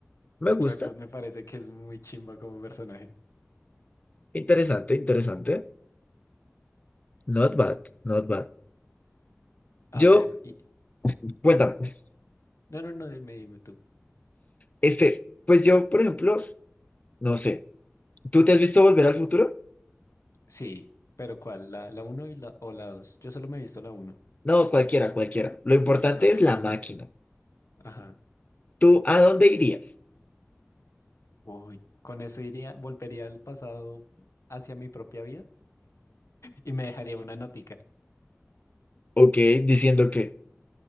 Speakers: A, on the left (about 30°); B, on the left (about 80°).
A: me
B: Retus
A: gusta.
B: me parece que es muy chimba como personaje.
A: Interesante, interesante. Not bad, not bad.
B: A
A: Yo,
B: ver, y...
A: cuéntame,
B: No, no, no, dime, dime tú.
A: este, pues yo, por ejemplo, no sé, ¿tú te has visto Volver al Futuro?
B: Sí, pero ¿cuál? ¿La, la uno y la, o la dos. Yo solo me he visto la uno.
A: No, cualquiera, cualquiera. Lo importante
B: Ah, Ok,
A: es la máquina.
B: ajá.
A: ¿Tú a dónde irías?
B: Uy, con eso iría, volvería al pasado hacia mi propia vida y me dejaría una notica
A: Ok, diciendo que